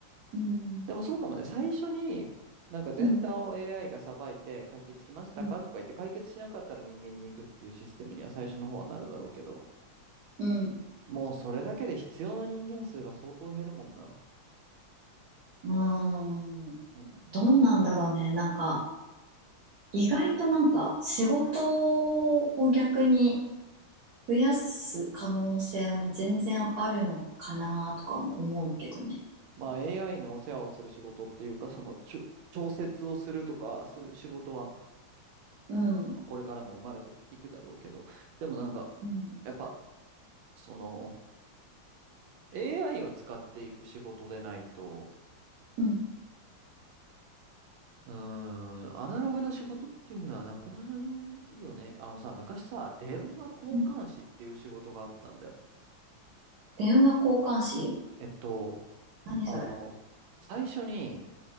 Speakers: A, on the right (about 60°); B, on the right (about 80°).
A: うん。
B: でもそうかもね。最初に、なんか前段を
A: うん。
B: AI がさばいて解決しましたかとか言って解決しなかったら人間に行くっていうシステムには最初の方はなるだろうけど、
A: うん。うん。
B: もうそれだけで必要な人間数が相当減るもんな。
A: うーん。
B: うん。
A: どうなんだろうね。なんか、意外となんか仕事を逆に増やす可能性も全然あるのかなとかも思うけどね。
B: まあ AI のお世話をする仕事っていうか、そのちょ、調節をするとか、そういう仕事は
A: うん。
B: これからも生まれていくだろうけど、でもなんか、
A: うん。
B: やっぱ、その AI を使っていく仕事でないと、
A: うん。
B: うーん、アナログな仕事っていうのはなくなるよね。あのさ、昔さ、電話交換士っていう仕事があったんだよ。
A: うん電話交換士
B: えっと、
A: 何それ
B: あの、最初に、